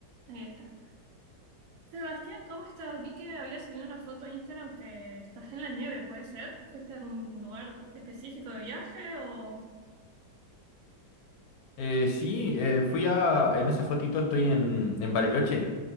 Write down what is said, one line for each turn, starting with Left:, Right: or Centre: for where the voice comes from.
Right: Ahí está. Sebastián, ¿cómo estás? Vi que habías subido una foto a Instagram que estás en la nieve, ¿puede ser? ¿Fuiste a un lugar específico de viaje o
Left: Eh, sí, eh, fui a... En esa fotito estoy en, en Bariloche.